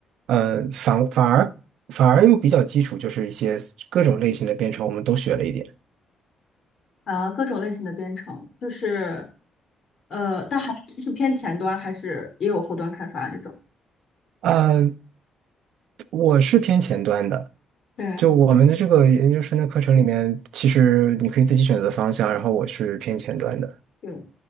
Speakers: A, on the right; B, on the left.
A: 呃反反而反而又比较基础，就是一些各种类型的编程我们都学了一点，
B: 啊，各种类型的编程，就是呃，但还是是偏前端还是也有后端开发这种。
A: 呃，我是偏前端的。
B: 对。
A: 就我们的这个研究生的课程里面，其实你可以自己选择方向，然后我是偏前端的。
B: 嗯，